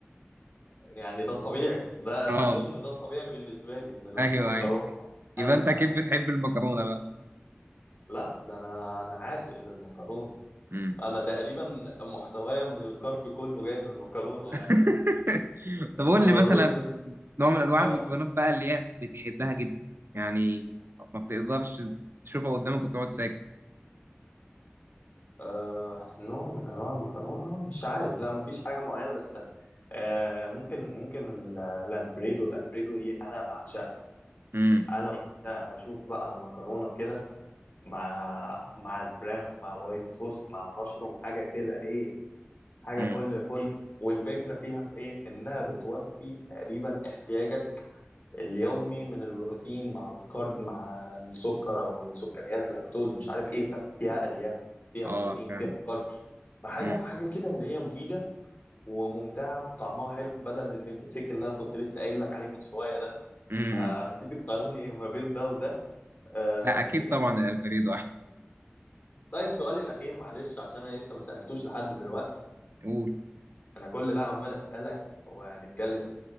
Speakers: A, on the left; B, on the right.
A: يعني ده الطبيعي ده
B: أه
A: أظن ده الطبيعي بالنسبة لي إن المكرونة
B: أيوه أيوه يبقى
A: أمتع
B: أنت أكيد
A: يعني
B: بتحب المكرونة بقى
A: لا ده أنا أنا عاشق للمكرونة
B: مم.
A: أنا تقريبا محتوايا من الكارب كله جاي من المكرونة
B: <laughs>
A: يعني
B: طب قول
A: أنا
B: لي
A: الرز
B: مثلا نوع من انواع
A: اه
B: المكرونات بقى اللي هي بتحبها جدا يعني ما بتقدرش تشوفها قدامك وتقعد ساكت
A: آه نوع من انواع المكرونه مش عارف لا مفيش حاجه معينه بس آه ممكن ممكن ال- الالفريدو الالفريدو دي انا بعشقها
B: امم
A: انا بعشقها اشوف بقى المكرونه كده مع مع الفراخ مع الوايت صوص مع المشروم حاجه كده ايه حاجه
B: امم
A: فل فل والفكره فيها في ايه انها بتوفي تقريبا احتياجك اليومي من البروتين مع الكارب مع السكر او السكريات لاكتوز مش عارف ايه ففيها الياف فيها
B: اه
A: بروتين
B: فاهم
A: فيها كارب فحاجه
B: امم
A: حاجه كده اللي هي مفيده وممتعه وطعمها حلو بدل الميلك شيك اللي انا كنت لسه قايل لك عليه من شويه ده
B: امم
A: فهتيجي تقارني ما بين ده وده آه
B: لا اكيد
A: الدنيا
B: طبعا
A: حاجة.
B: الالفريدو احسن
A: طيب سؤالي الاخير معلش عشان انا لسه ما سالتوش لحد دلوقتي
B: قول
A: انا كل ده عمال اسالك وهنتكلم